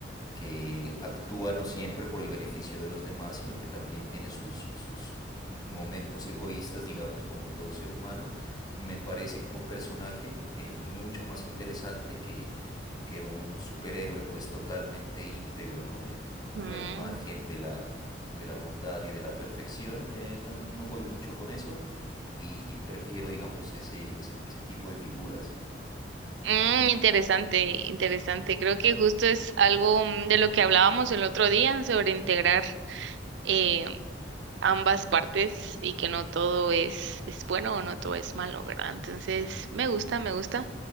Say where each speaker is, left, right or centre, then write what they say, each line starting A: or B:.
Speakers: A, on the left; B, on the right.
A: que actúa no siempre por el beneficio de los demás, sino que también tiene sus, sus momentos egoístas, digamos, como todo ser humano, me parece como personaje eh, mucho más interesante que que un superhéroe pues totalmente íntegro, ¿no? Eh, como
B: Mm,
A: la imagen de la, de la bondad y de la perfección, eh, no, no voy mucho con eso y, y prefiero, digamos, ese, ese, ese tipo de figuras.
B: Mm, interesante, interesante. Creo que justo es algo mm, de lo que hablábamos el otro día sobre integrar eh, ambas partes y que no todo es, es bueno o no todo es malo, ¿verdad? Entonces, me gusta, me gusta.